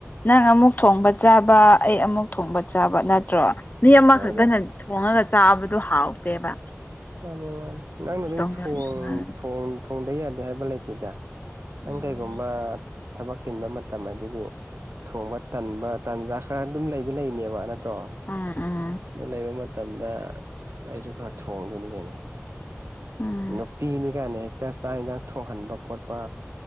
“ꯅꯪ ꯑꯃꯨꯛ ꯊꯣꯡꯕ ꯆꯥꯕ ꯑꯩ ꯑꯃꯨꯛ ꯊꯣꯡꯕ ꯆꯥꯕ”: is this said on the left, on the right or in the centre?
Left